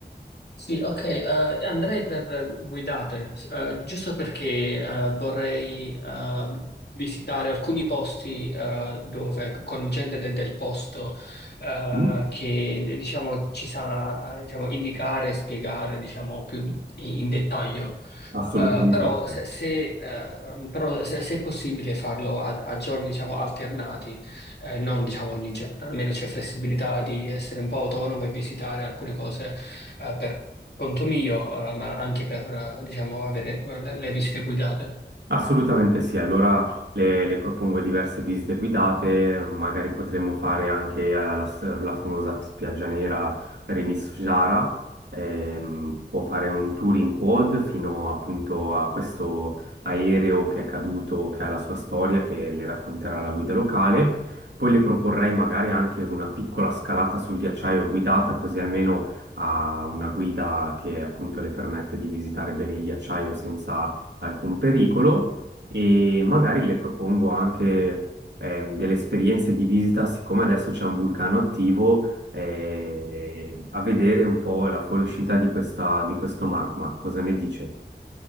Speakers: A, on the left; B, on the right.
A: Sì, ok, eh, andrei per guidate, s- eh, giusto perché eh, vorrei eh, visitare alcuni posti eh, dove con gente de- del posto eh,
B: Sì,
A: che de- diciamo, ci sa eh, diciamo, indicare e spiegare diciamo, più in in dettaglio.
B: Assolutamente
A: Eh, però,
B: sì.
A: se, se, eh, però se, se è possibile farlo a, a giorni diciamo alternati, eh, non diciamo ogni giorno, almeno c'è flessibilità di essere un po' autonomo e visitare alcune cose eh, per conto mio, eh, ma anche per eh, diciamo avere eh, le, le visite guidate.
B: Assolutamente sì, allora le, le propongo diverse visite guidate, magari potremmo fare anche alla s- la, famosa spiaggia nera Renish-Jara, Ehm, può fare un tour in quad fino appunto a questo aereo che è caduto, che ha la sua storia, che le racconterà la guida locale. Poi le proporrei magari anche una piccola scalata sul ghiacciaio guidata, così almeno ha una guida che appunto le permette di visitare bene il ghiacciaio senza alcun pericolo e magari le propongo anche ehm, delle esperienze di visita, siccome adesso c'è un vulcano attivo, eh, a vedere un po' la fuoriuscita di questa- di questo magma. Cosa ne dice?